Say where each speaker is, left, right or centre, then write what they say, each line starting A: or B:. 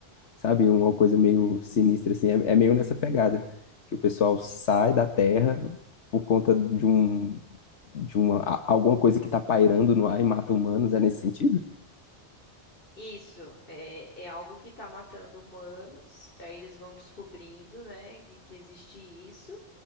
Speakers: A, on the left (about 85°); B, on the left (about 55°).
A: sabe? Uma coisa meio sinistra, assim. É, é meio nessa pegada, que o pessoal sai da Terra por conta de um. De uma, a- alguma coisa que tá pairando no ar e mata humanos, é nesse sentido?
B: Isso é, é algo que está matando humanos. Aí eles vão descobrindo, né, que, que existe isso.